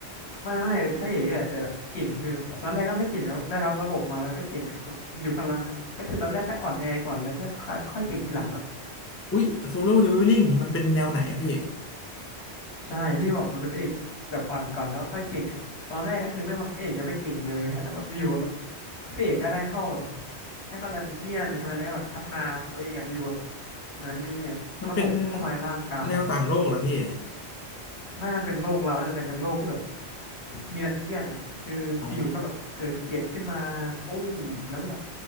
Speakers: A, on the left; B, on the left.
A: ไม่ไม่เป็นพระเอกก็แหละแต่แบบเก่งคือแบบตอนแรกก็ไม่เก่งแล้วได้รับระบบมาแล้วก็เก่งอ่ะแบบอยู่พลังอะก็คือตอนแรกก็อ่อนแอก่อนแล้วก็ค่อยค่อยเก่งทีหลังอ่ะ
B: อุ้ยโซโล่เลเวลลิ่งมันเป็นแนวไหนอะพี่
A: ใช่อย่างที่บอกมันเป็นพระเอกแบบอ่อนก่อนแล้วก็ค่อยเก่งอ่ะตอนแรกก็คือเริ่มมาพระเอกยังไม่เก่งเลยอ่ะแล้วแบบอยู่ๆแบบพระเอกก็ได้เข้าแบบได้เข้าดันเจียนใช่ไหมแล้วก็แบบพัฒนาตัวเองแบบอยู่ๆแบบเหมือนมีแบบระบบเข้ามาในร่างกายอะ
B: มันเป็นแนวต่างโลกเหรอพี่
A: ไม่มันเป็นโลกเราเนี่ยแหละแต่เป็นโลกที่แบบมีดันเจียนอ่ะคืออยู่ๆก็แบบเกิดเกลียดขึ้นมาตุ้มแล้วก็แบบ
B: อ๋อ